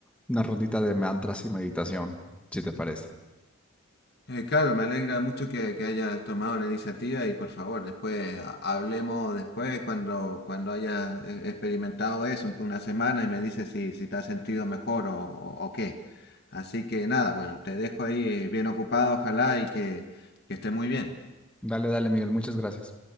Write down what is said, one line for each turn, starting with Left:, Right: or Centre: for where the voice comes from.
Centre: una rondita de mantras y meditación, si te parece.
Left: Eh, claro, me alegra mucho que, que hayas tomado la iniciativa y por favor, después ha- hablemos después cuando, cuando hayas eh, experimentado eso un- una semana y me dices si, si te has sentido mejor o, o- o qué. Así que nada, bueno, te dejo ahí bien ocupado, ojalá y que, que estés muy bien.
Centre: Dale, dale, Miguel, muchas gracias.